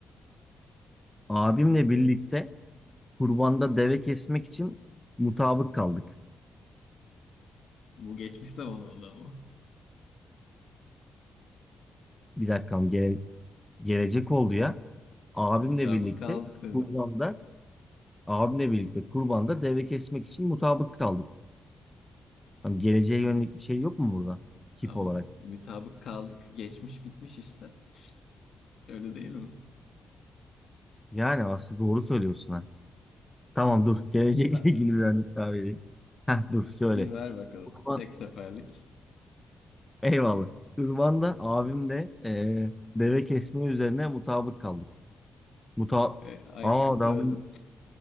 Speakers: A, in the centre; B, on the left.
A: Abimle birlikte kurbanda deve kesmek için mutabık kaldık.
B: Bu geçmiş zaman oldu ama.
A: Bir dakikam gele- gelecek oldu ya. Abimle
B: Mütabık
A: birlikte
B: kaldık dedim.
A: kurbanda abimle birlikte kurbanda deve kesmek için mutabık kaldık. Hani geleceğe yönelik bir şey yok mu burada? Tip
B: Ama
A: olarak.
B: mütabık kaldık geçmiş bitmiş işte. Öyle değil mi?
A: Yani aslında doğru söylüyorsun ha. Tamam dur. Gelecekle
B: Sen
A: ilgili bir örnek daha vereyim. Heh dur şöyle.
B: iyi ver bakalım.
A: Kurban,
B: Tek seferlik.
A: eyvallah. Kurban'da abim de eee, deve kesme üzerine mutabık kaldık. Muta
B: Ee, aynısını
A: Aa
B: söyledin.
A: ben, bunu-